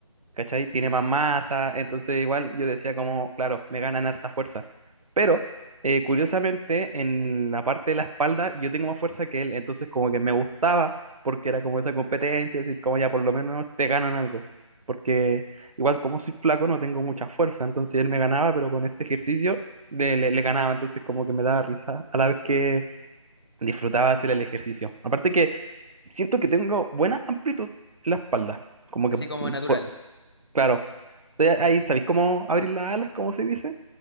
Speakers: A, on the right; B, on the left.
A: ¿cachai? Tiene más masa, entonces igual yo decía como, claro, me ganan harta fuerza. Pero eh, curiosamente en la parte de la espalda yo tengo más fuerza que él, entonces como que me gustaba porque era como esa competencia, decir como ya por lo menos te ganan algo, porque igual como soy flaco no tengo mucha fuerza, entonces él me ganaba, pero con este ejercicio le, le le ganaba, entonces como que me daba risa a la vez que disfrutaba hacer el ejercicio. Aparte que siento que tengo buena amplitud en la espalda. Como
B: Así
A: que mm,
B: como natural.
A: po- Claro. Entonces, ahí, ¿sabéis cómo abrir las alas? ¿Cómo se dice?